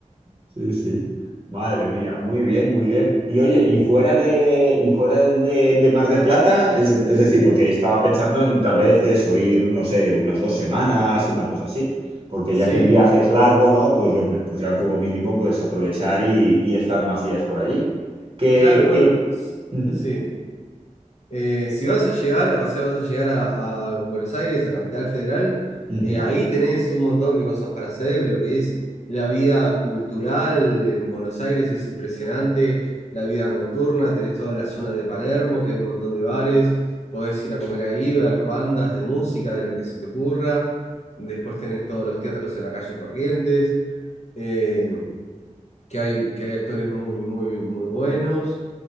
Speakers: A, on the right; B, on the left.
A: Sí, sí. Madre mía, muy bien, muy bien. Y oye, y fuera de, y fuera de, de Mar de Plata, es, es decir, porque estaba pensando en tal vez eso, ir, no sé, unas dos semanas, una cosa así. Porque
B: Sí,
A: ya que el viaje es largo, ¿no? Pues hombre, pues ya como mínimo, pues aprovechar y, y estar más días por allí. Que,
B: Claro, bueno,
A: que...
B: s-
A: Ujú,
B: sí. Eh, si vas a llegar, o sea, vas a llegar a, a Buenos Aires, a Capital Federal,
A: ujú,
B: eh, ahí tenés un montón de cosas para hacer. Lo que es la vida cultural en Buenos Aires es impresionante, la vida nocturna, tenés toda la zona de Palermo, que hay un montón de bares, podés ir a comer ahí, ver bandas de música, de lo que se te ocurra. Después tenés todos los teatros en la calle Corrientes. eh, que hay, que hay actores muy, muy, muy buenos.